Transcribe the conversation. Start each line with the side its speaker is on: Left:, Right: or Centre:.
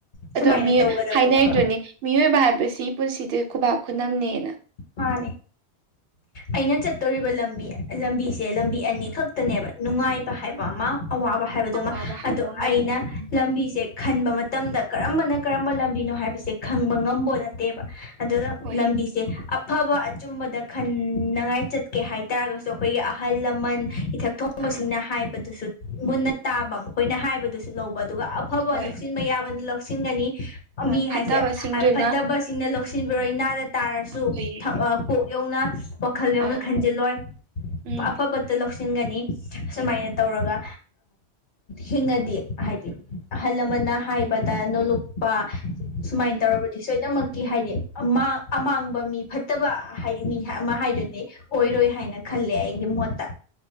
Left: ꯁꯨꯃꯥꯏꯅ
Right: ꯗꯣ ꯃꯤ
Left: ꯇꯧꯒꯗꯕꯅꯦꯕ
Right: ꯍꯥꯏꯅꯩꯗꯨꯅꯤ ꯃꯤꯑꯣꯏꯕ ꯍꯥꯏꯕꯁꯤ ꯄꯨꯟꯁꯤꯗꯤ ꯈꯨꯕꯥꯛ ꯈꯨꯅꯝꯅꯦꯅ
Left: ꯃꯥꯅꯦ ꯑꯩꯅ ꯆꯠ ꯇꯣꯔꯤꯕ ꯂꯝꯕꯤ ꯂꯝꯕꯤꯁꯦ ꯂꯝꯕꯤ ꯑꯅꯤ ꯈꯛꯇꯅꯦꯕ ꯅꯨꯡꯉꯥꯏꯕ ꯍꯥꯏꯕ ꯑꯃ ꯑꯋꯥꯕ ꯍꯥꯏꯕꯗꯨꯃ
Right: ꯑꯋꯥꯕ ꯍꯥꯏꯕ
Left: ꯑꯗꯣ
Right: ꯑꯃꯒꯗ
Left: ꯑꯩꯅ
Right: ꯎꯝ
Left: ꯂꯝꯕꯤꯁꯦ ꯈꯟꯕ ꯃꯇꯝꯗ ꯀꯔꯝꯕꯅ ꯀꯔꯝꯕ ꯂꯝꯕꯤꯅꯣ ꯍꯥꯏꯕꯁꯦ ꯈꯪꯕ ꯉꯝꯕꯣ ꯅꯠꯇꯦꯕ ꯑꯗꯨꯅ
Right: ꯍꯣꯏ
Left: ꯂꯝꯕꯤꯁꯦ ꯑꯞ ꯐꯕ ꯑꯆꯨꯝꯕꯗ ꯈꯟꯅꯉꯥꯏ ꯆꯠꯀꯦ ꯍꯥꯏꯇꯥꯔꯒꯁꯨ ꯑꯩꯈꯣꯏꯒꯤ ꯑꯍꯜ ꯂꯃꯟ ꯏꯊꯛ ꯊꯣꯡꯕꯁꯤꯡꯅ
Right: ꯑꯥ
Left: ꯍꯥꯏꯕꯗꯨꯁꯨ ꯃꯨꯟꯅ ꯇꯥꯕ ꯃꯈꯣꯏꯅ ꯍꯥꯏꯕꯗꯨꯁꯨ ꯂꯧꯕ ꯑꯗꯨꯒ ꯑꯐꯕ
Right: ꯍꯣꯏ
Left: ꯂꯧꯁꯤꯟꯕ ꯌꯥꯕꯅ ꯂꯧꯁꯤꯟꯒꯅꯤ
Right: ꯑ
Left: ꯃꯤ
Right: ꯐꯠꯇꯕꯁꯤꯡꯗꯨꯅ
Left: ꯍꯥꯏꯁꯦ ꯐꯠꯇꯕꯁꯤꯡꯅ ꯂꯧ ꯁꯤꯟꯕꯤꯔꯣꯏ ꯅꯥꯗ ꯇꯥꯔꯁꯨ
Right: ꯑꯩꯈꯣꯏ
Left: ꯀꯣꯛ ꯌꯧꯅ ꯋꯥꯈꯜ ꯌꯥꯎꯅ
Right: ꯑꯥ
Left: ꯈꯟꯖꯤꯜꯂꯣꯏ
Right: ꯎꯝ
Left: ꯑꯐ ꯐꯠꯇ ꯂꯧꯁꯤ ꯁꯤꯟꯒꯅꯤ ꯁꯨꯃꯥꯏꯅ ꯇꯧꯔꯒ ꯍꯤꯡꯉꯗꯤ ꯍꯥꯏꯗꯤ ꯑꯍꯜ ꯂꯟ ꯅ ꯍꯥꯏꯕꯗ ꯅꯣꯂꯨꯛꯄ ꯁꯨꯃꯥꯏꯅ
Right: ꯎꯝ
Left: ꯇꯧꯔꯕꯗꯤ ꯁꯣꯏꯗꯃꯛꯀꯤ ꯍꯥꯏꯗꯤꯥ ꯑꯃꯥꯡꯕ ꯃꯤ ꯐ ꯐꯠꯇꯕ ꯍꯥꯏ ꯃꯤ ꯑꯃ ꯍꯥꯏꯗꯨꯅꯦ ꯑꯣꯏꯔꯣꯏ ꯍꯥꯏꯅ ꯈꯜꯂꯦ ꯑꯩꯒꯤ ꯃꯣꯠꯇ